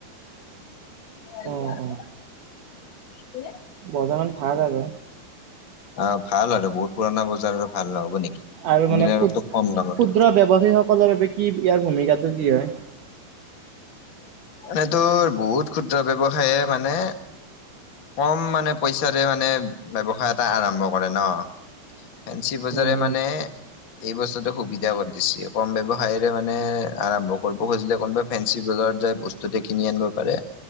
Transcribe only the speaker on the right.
অ', বজাৰ খন ভাল আৰু।
আৰু
মানে ক্ষুদ
ক্ষুদ্ৰ
ব্যৱসায়ী সকলৰ বাবে কি ইয়াৰ ভূমিকাটো কি হয়?
উম, উম,